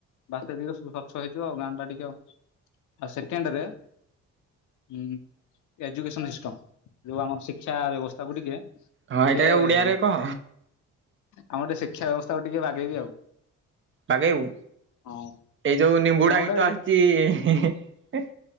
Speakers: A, on the left; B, on the right.
A: ବାସ୍ତବିକ ସ୍ୱଚ୍ଛ ହେଇଯିବ ଆଉ ଗାଁ ଟା ଟିକେ ଆଉ ଆଉ ସେକେଣ୍ଡରେ ହୁଁ ଏଜୁକେସନ ସିଷ୍ଟମ, ଯୋଉ ଆମର ଶିକ୍ଷା ବ୍ୟବସ୍ଥାକୁ ଟିକେ
B: ହଁ
A: ଟିକେ
B: ଏଇଟାରେ ଓଡିଆରେ
A: ଆମର
B: କହ
A: ଟିକେ ଶିକ୍ଷା ବ୍ୟବସ୍ଥାକୁ ଟିକେ ବାଗେଇବି ଆଉ।
B: ବାଗେଇବୁ,
A: ହଁ
B: ଏଇ ଯୋଉ ନିମ୍ବୁଡା
A: କଣ ଗୋଟେ
B: ଗୀତ ଆସଛି